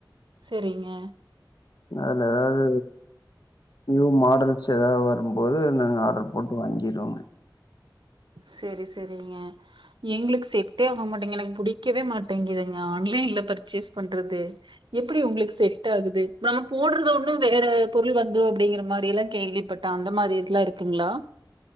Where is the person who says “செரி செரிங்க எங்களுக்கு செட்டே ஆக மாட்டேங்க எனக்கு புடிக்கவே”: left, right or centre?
Right